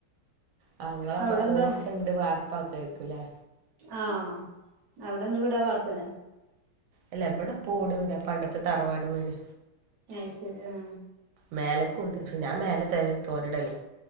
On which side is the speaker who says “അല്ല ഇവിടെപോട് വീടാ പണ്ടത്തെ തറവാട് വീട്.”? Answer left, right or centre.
Right